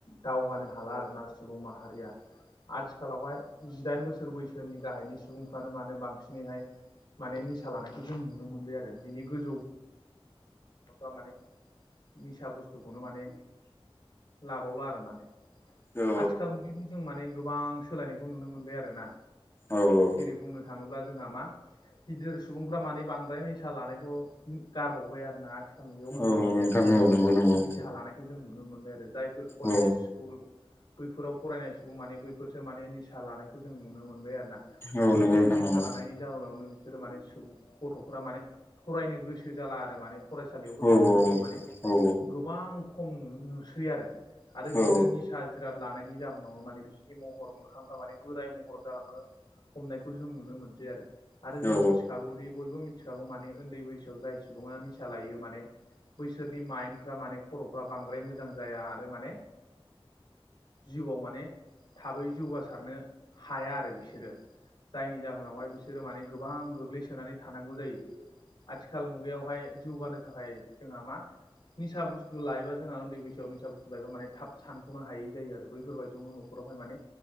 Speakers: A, on the left; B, on the left.
A: दावगानो हाला आर ना सुबुं माहारिया। आथिखालावहाय जिदाइन बोसोर बैसोनि गाहायनि सुबुंफ्रानो मानो बांसिनैहाय माने निसा लानायखौ जों नुनो मोनबाय आरो बिनि गोजौ माफ्रा माने निसा बुसथुखौनो माने लाबावला आरो माने।
B: औ
A: आथिखाल मुगायावथ' जों माने गोबां सोलायनायखौ नुनो मोनबाय आरोना
B: औ औ।
A: जेरै बुंनो थाङोब्ला जोंहा मा गिदिर सुबुंफ्रा माने बांद्राय निसा लानायखौ गारबावबाय आरो ना आथिखाल नुग उन्दै
B: औ
A: उन्दैयासो
B: नोंथां
A: माने
B: औ नंगौ नंगौ
A: निसा लानायखौ जों नुनो मोनबाय आरो जायफोर कलेज।
B: औ
A: स बैफोराव फरायनाय सुबुं माने बैफोरसो माने निसा लानायखौ जों नुनो मोनबाय आरो ना?
B: औ
A: बैफोर
B: नंगौ नोंथां
A: निसा
B: नंगौ
A: लानायनि। जाहोनावनो बिसोरो माने सुबुं गथ'फोरा माने फरायनो गोसो जाला आरो माने। सालियावबो
B: औ
A: थांनायखौ
B: औ
A: जों माने
B: औ
A: गोबां खम नुसै आरो आरो बिसोरो
B: औ
A: फिसा जिराद लानायनि जाहोनावनो माने बिसिोरनि महर मोखांफ्रा माने बोराय महर जालाङो। हमनायखौ जों नुनो मोनसै आरो आरो जों
B: औ
A: मिथिखागौ। बयबो मिथिखागौ माने उन्दै बैसोआव जाय सुबुङा निसा लायो माने‌। बैसोरनि माइन्फ्रा माने खर'फ्रा बांद्राय मोजां जाया आरो माने जिउआव माने थाबै जौगासारनो हाया आरो बिसोरो जायनि जाहोनावहाय बिसोरो माने गोबां गोग्लैसोनानै थानांगौ जायो। आथिखाल मुगायावहाय जौगानो थाखाय जोंहा मा निसा बुस्थु लायोब जोंहा उन्दै बैसोआव निसा बुस्थु लायोब माने थाब सानख'नोायै जायो आरो बैफोरबायदिनो न'खरावहाय माने